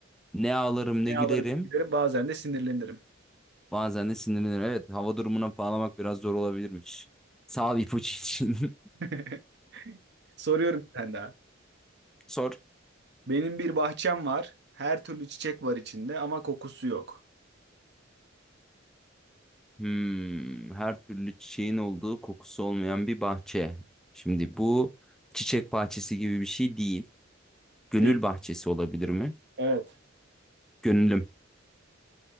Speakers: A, in the centre; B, on the right.
A: Ne ağlarım ne
B: Ne
A: gülerim.
B: ağlarım ne gülerim bazen de sinirlenirim.
A: Bazen de sinirlenirim. Evet, hava durumuna bağlamak biraz zor olabilirmiş. Sağ ol ipucu için. <laughs>
B: <laughs> Soruyorum bir tane daha.
A: Sor.
B: Benim bir bahçem var. Her türlü çiçek var içinde ama kokusu yok.
A: Hmm, her türlü çiçeğin olduğu kokusu olmayan bir bahçe. Şimdi bu çiçek bahçesi gibi bir şey değil. Gönül
B: Değil.
A: bahçesi olabilir mi?
B: Evet.
A: Gönlüm.